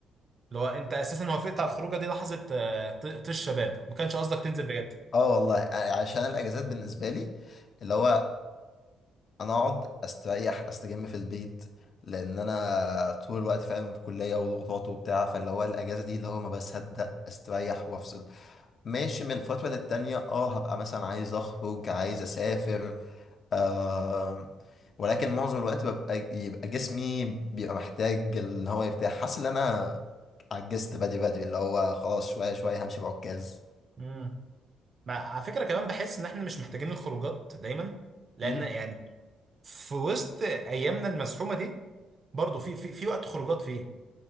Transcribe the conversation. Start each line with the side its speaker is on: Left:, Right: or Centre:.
Right: لو انت اساسا وافقت على الخروجه دي لحظه آه، ط- طيش شباب ما كانش قصدك تنزل بجد
Left: اه والله عشان الاجازات بالنسبه لي اللي هو انا اقعد استريح استجم في البيت لان انا طول الوقت فاهم في كليه وضغوطات وبتاع فاللي هو الاجازه دي اللي هو ما بصدق استريح وافصل ماشي من فترة للتانية اه هبقى مثلا عايز اخرج عايز اسافر آه ولكن معظم الوقت ببقى يبقى جسمي بيبقى محتاج ان هو يرتاح حاسس ان انا عجزت بدري بدري اللي هو خلاص شوية شوية همشي بعكاز
Right: امم مع على فكره كمان بحس ان احنا مش محتاجين الخروجات دايما لان
Left: مم.
Right: يعني في وسط ايامنا المزحومه دي برضه في في في وقت خروجات فيه